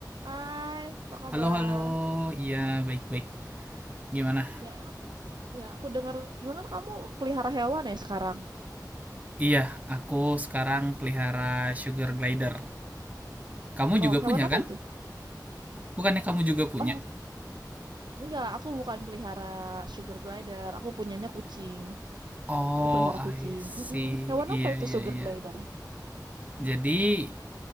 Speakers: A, on the right; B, on the right.
A: Hai, apa kabar?
B: Halo, halo. Iya, baik-baik. Gimana?
A: Ya, eh, aku ya aku dengar-dengar kamu pelihara hewan ya sekarang.
B: Iya, aku sekarang pelihara sugar glider. Kamu
A: Oh,
B: juga
A: hewan
B: punya
A: apa
B: kan?
A: itu?
B: Bukannya kamu juga punya?
A: Oh, enggak, aku bukan pelihara sugar glider. Aku punyanya kucing.
B: Oh,
A: Aku pelihara
B: I
A: kucing.
B: see.
A: Mm-mm. Hewan
B: Iya,
A: apa itu
B: iya,
A: sugar
B: iya.
A: glider?
B: Jadi,